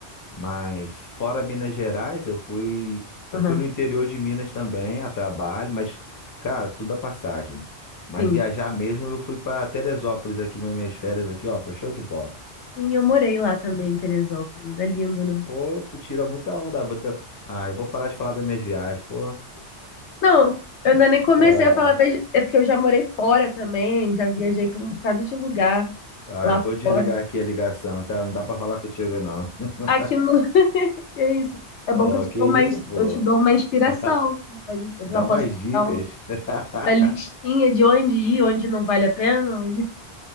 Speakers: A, on the left; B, on the left.
A: Mas fora Minas Gerais, eu fui, eu
B: Aham,
A: fui no interior de Minas também, a trabalho, mas, cara, tudo a passagem. Mas
B: sim.
A: viajar mesmo, eu fui para Teresópolis aqui, nas minhas férias aqui, ó, foi show de bola.
B: Sim, eu morei lá também, em Teresópolis. É lindo, né?
A: Pô, tu tira muita onda. ah, Vou ter... Ah, eu vou parar de falar das minhas viagens, pô.
B: Não, eu ainda nem comecei
A: Ah,
B: a falar das... É porque eu já morei fora também, já viajei pra um bocado de lugar
A: Ah,
B: lá
A: eu vou desligar
B: fora.
A: aqui a ligação, tá? Não dá pra falar contigo, não. <laughs>
B: Aqui no. <laughs> É isso. É
A: Oh,
B: bom que eu te
A: que
B: dou
A: isso,
B: uma, ins-
A: pô?
B: eu te dou uma inspiração.
A: <laughs>
B: né? Pode- Eu
A: Dá
B: já posso
A: umas dicas.
B: dar um,
A: <laughs>
B: uma listinha de onde ir, onde não vale a pena. onde-